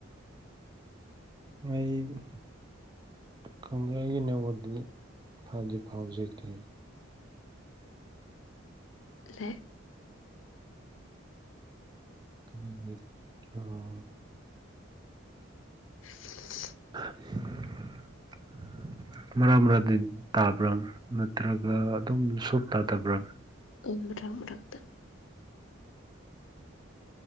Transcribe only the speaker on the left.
ꯂꯦ
<unintelligible>
<unintelligible> ꯔꯛꯇ